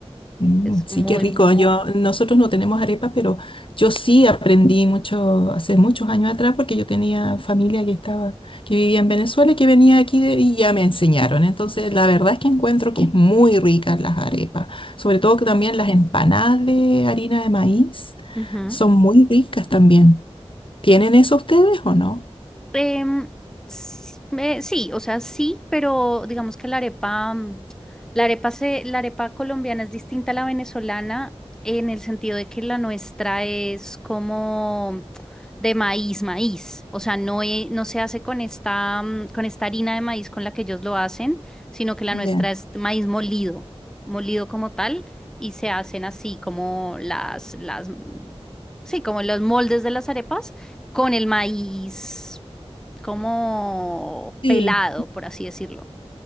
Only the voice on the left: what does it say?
Mm,
Sí,
qué rico.
Yo, nosotros no tenemos arepas, pero yo sí aprendí mucho, hace muchos años atrás, porque yo tenía familia que estaba, que vivía en Venezuela y que venía aquí de- y ya me enseñaron. Entonces, la verdad es que encuentro que es muy ricas las arepas, sobre todo que también las empanadas de harina de maíz
son muy ricas también. ¿Tienen eso ustedes o no?
Ya.
Sí.